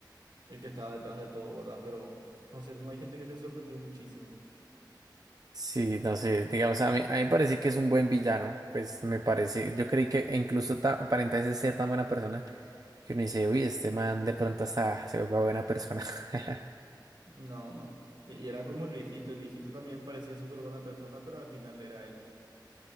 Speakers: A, on the right; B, on the right.
A: el que estaba detrás de todo, ¿verdad? Pero no sé cómo hay gente que se sorprendió muchísimo.
B: Sí, no sé, digamos, a mí, a mí me parece que es un buen villano, pues me parece, yo creí que incluso ta- aparenta ser ser tan buena persona Que uno dice, uy, este man de pronto hasta se vuelve buena persona. <laughs>
A: No, no. Y, y era como el viejito. El viejito también parecía súper buena persona, pero al final era él